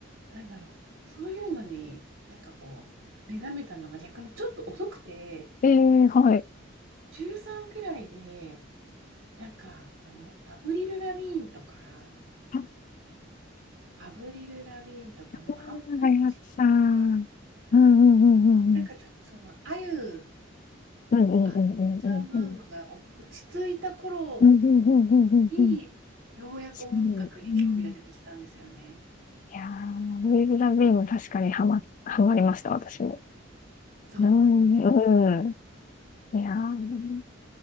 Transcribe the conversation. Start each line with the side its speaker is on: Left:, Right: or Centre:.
Right: なんだろう、そういうのに、なんかこう、目覚めたのが逆にちょっと遅くて、
Left: ええーはい。
Right: 中3くらいで、なんか、あの、アブリル・ラビーンとか、
Left: あ
Right: アブリル・ラビーンとか、あのバンポーチキンとか、
Left: あ、はやつさん。うんうんうんうんうん。
Right: なんかちょっとその、あゆ、
Left: うんうんうんうんうん。
Right: あのちゃんブームが落ち着いた頃
Left: うんうんうんうんうんうん。
Right: に、ようやく音楽に興味が出てきたんですよね。
Left: 確かにうん。いやー、ウィル・ラビーム確かにハマ、ハマりました、私も。
Right: そう。
Left: うん、うん。いやー、